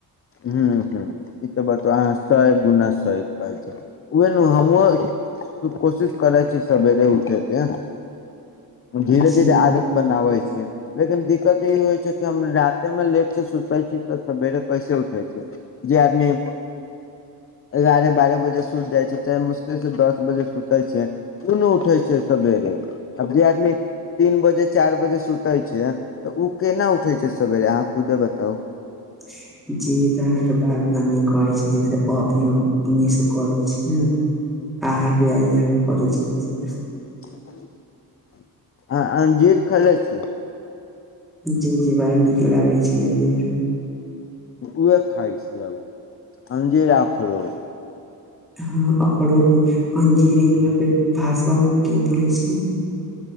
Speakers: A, on the left; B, in the centre.
A: हूं हूं ई तऽ बतबा अहाँ सए गुना सही कहलियै। ओहे ने हमहुँ अर कोशिश करय छी सवेरे उठय के। धीरे
B: जी
A: धीरे आदत बनाबै छिय। लेकिन दिक्कत ई होइ छै कि हम राते में लेट से सुतै छी तऽ सेबेरे कैसे उठ जे आदमी एगारह बारह बजे सुति जाइ छै से आइ मुश्किल से दस बजे सुते छै। केयो नहि उठै छै सवेरे आब जे आदमी तीन बजे चारि बजे सुतै छै तऽ ओ केना उठै छैय सवेरे अहाँ खुदे बताउ।
B: <inaudible> जी तऽ अहाँके बात मानी करै छैय ज अभिय करै छी ने। अहाँके अहाँके कर छियै <unintelligible>
A: <unintelligible> आ अंजीर खैले छी।
B: जी जी बड़ा नीक लागे छैय अंजीर।
A: उहे खाय छियै आब अंजीर आखरोट।
B: हँ अखरोट अंजीरी हम फेर भाषा मे की बोले छी।